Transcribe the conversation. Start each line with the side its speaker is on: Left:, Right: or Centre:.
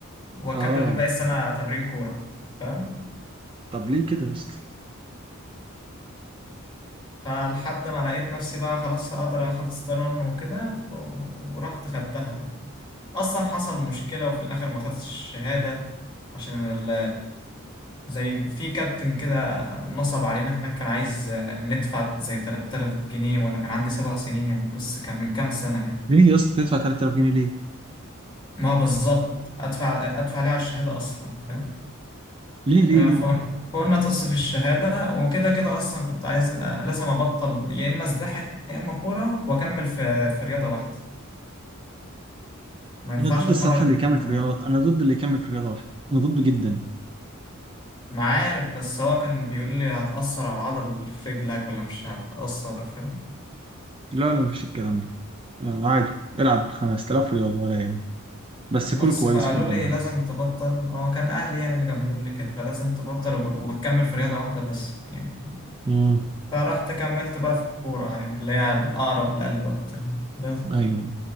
Left: واكمل
Right: اه
Left: باقي السنة تمرين كورة فاهم
Right: طب ليه كده يا اسطى؟
Left: فلحد ما لقيت نفسي بقى خلاص هقدر اخد ستارون وكده ف... ورحت خدتها بقى اصلا حصل مشكلة وفي الاخر ما خدتش الشهادة عشان ال... زي في كابتن كده نصب علينا هناك كان عايز آه، ندفع زي 3000 جنيه وانا كان عندي سبع سنين يعني بص كان من كام سنة يعني
Right: ليه يا اسطى تدفع 3000 جنيه ليه؟
Left: ما بالظبط ادفع ادفع ليه على الشهادة اصلا فاهم
Right: ليه ليه
Left: آه،
Right: ليه؟
Left: فقلنا فقلنا تصف الشهادة وكده كده اصلا كنت عايز آه، لازم ابطل يا اما سباحة يا اما كورة واكمل في في رياضة واحدة ما ينفعش
Right: انا ضد
Left: اتمرن
Right: الصراحة اللي
Left: الاتنين
Right: يكمل
Left: مع
Right: في الرياضة
Left: بعض.
Right: انا ضد اللي يكمل في الرياضة واحدة انا ضد جدا
Left: ما عارف بس هو كان بيقول لي هتأثر على العضل اللي في رجلك ولا مش هتأثر فاهم
Right: لا لا مفيش الكلام ده آه، عادي العب 5000 رياضة ولا يهمك بس
Left: بس
Right: كل كويس
Left: فقالوا
Right: قدامها
Left: لي لازم
Right: بس
Left: تبطل هو كان أهلي يعني اللي كان بيقول لي كده فلازم تبطل وب- وتكمل في رياضة واحدة بس يعني فاهم؟
Right: امم
Left: فرحت كملت بقى في الكورة يعني اللي هي الأقرب لقلبي أكتر يعني، بس
Right: ايوه